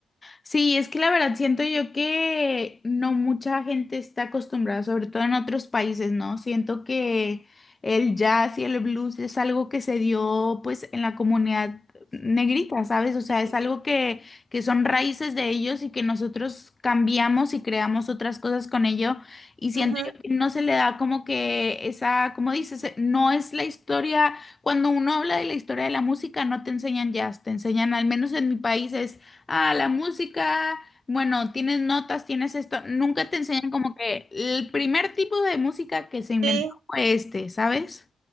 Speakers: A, on the left; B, on the right.
A: Sí, es que la verdad siento yo que no mucha gente está acostumbrada, sobre todo en otros países, ¿no? Siento que el jazz y el blues es algo que se dio pues en la comunidad negrita, ¿sabes? O sea,
B: Sí.
A: es algo que, que son raíces de ellos y que nosotros cambiamos y creamos otras cosas con ello. Y siento
B: Ujú.
A: yo que no se le da como que esa, como dices, eh, no es la historia, cuando uno habla de la historia de la música, no te enseñan jazz, te enseñan, al menos en mi país, es ah, la música, bueno, tienes notas, tienes esto, nunca te enseñan como que el primer tipo de música que se inventó
B: Sí,
A: fue este, ¿sabes?